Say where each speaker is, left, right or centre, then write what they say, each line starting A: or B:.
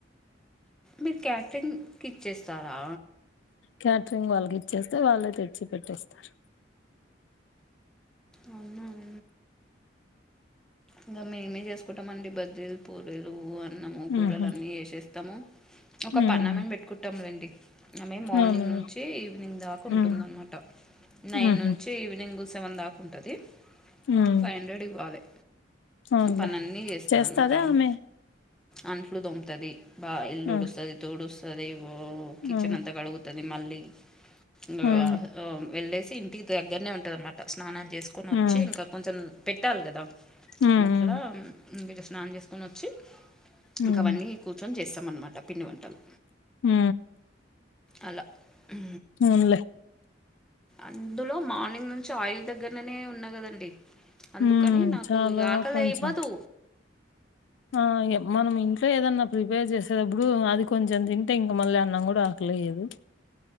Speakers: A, in the centre; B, on the left.
A: మీరు క్యాటరింగ్కి ఇచ్చేస్తారా
B: క్యాటరింగ్ వాళ్ళకి ఇచ్చేస్తే వాళ్ళు తెచ్చి పెట్టేస్తారు
A: అవున ఊ ఇంకా మేమే చేసుకుంటాం అండి బజ్జీలు పూరీలు అని అన్నము కూరలు
B: ఉహు
A: అన్నీ వేసేస్తాము ఒక
B: ఉమ్
A: పన్నామన్ పెట్టుకుంటాములేండి ఆమె మార్నింగ్
B: అవునా
A: నుంచి ఈవినింగ్ దాకా ఉంటుందన్నమాట
B: ఉమ్
A: నైన్
B: ఉహు
A: నుంచి ఈవినింగ్ సెవెన్ దాకాంటుంది
B: ఉమ్
A: ఫైవ్ హండ్రెడ్ ఇవ్వాలి
B: అవునులే
A: పని అన్నీ చేస్తది
B: చేస్తాదా
A: అనమాట ఆమా
B: ఆమె
A: అంట్లు దొముతది బా ఇల్లు
B: ఆ
A: ఉడుస్తది తుడుస్తది ఒ కిచెన్
B: ఆ
A: అంతా కడుగు టది మళ్ళీ ఇంగ
B: ఉమ్
A: వెళ్ళేసి ఇంటికి దగ్గరనే ఉంటందినమాట స్నానాని చేసుకొని వచ్చి
B: ఉమ్
A: ఇంకా కొంచెం పెట్టాలి కదా
B: ఉమ్
A: అట్లా ఇంక ఈడ స్నానం చేసుకొని వచ్చి
B: ఉమ్
A: ఇంక అవన్నీ కూర్చొని చేస్తామన్నమాట పిండి వంటలు
B: ఊ
A: అలా ఊ
B: అవునులే
A: అందులో మార్నింగ్ నుంచి ఆయిల్ దగ్గరననే ఉన్నా కదండి అందుకని
B: ఉమ్
A: నాకు
B: చాలా
A: కు ఇగ ఆకలే
B: కొంచెం
A: ఇవ్వదు
B: ఆ ఇగ మనం ఇంట్లో ఏదన్నా ప్రిపేర్ చేసేటప్పుడు అది కొంచెం తింటే ఇంక మల్లా అన్నాం కూడా లేదు